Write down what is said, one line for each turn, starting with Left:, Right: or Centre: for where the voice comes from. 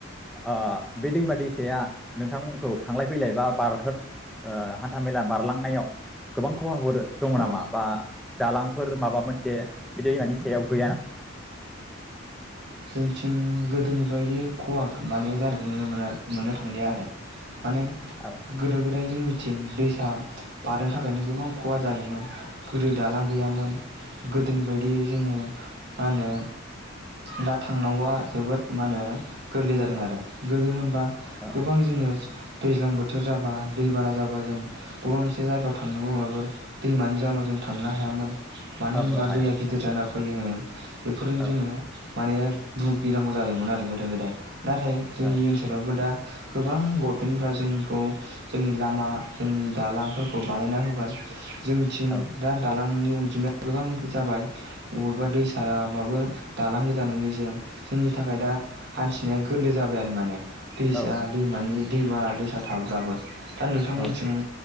Centre: ओ बे दैमा दैसाया नोंथांमोनखौ थांलाय फैलाय बा बारहो ओ हा हान्था मेला बारलांनायाव गोबां खहाफोर दङ नामा
Right: औ
Centre: बा दालांफोर माबा मोनसे बि दैमानि सायाव गैया नामा?
Right: जोंथिं गोदोनि बायदि खहा माने जानायखौ नुनो मोना मोननो थांलिया आरो माने
Centre: औ
Right: गोदो गोदाय जोंनि थिं दैसा बारनो थाखायनो गोबां खहा जायोमोन गोदो दालां गैयामोन गोदोनि बायदियै जोङो मा होनो दा थांनांगौआ जोबोद मानो गोरलै जादों आरो गोदो होनबा
Centre: औ
Right: गोबां जोङो दैज्लां बोथोर जाबा दैबाना जाबा जों बबा मोनसे जायगायाव थांनोबा माबाफोर दैमानि जाउनाव जों थांनो हायामोन। मानो
Centre: ओहो
Right: होनबा
Centre: हाया
Right: दैआ गिदिर जाना फैयो ओं बेफोरजों
Centre: औ
Right: जोङो माने भुगिनांगौ जादोंमोन आरो गोदो गोदाय नाथाय जोंनि
Centre: औ
Right: ओनसोलावबो दा गोबां गभमेन्टफोरा जोंखौ जोंनि लामा जोंनि दालांफोरखौ बानायना होबाय जोंनिथिं
Centre: औ
Right: दा दालां <unintelligible> अनजिमाया गोबां जाबाय अबेबा दैसायाबाबो दालां गोजा नुयो जों जोंनि थाखाय दा हान्थिनाया गोरलै जाबाय आरो माने। दैसा
Centre: औ नंगौ
Right: दैमानि दैबा-दैसा थाब्लाबो दा नोंथांमोनथिं
Centre: औ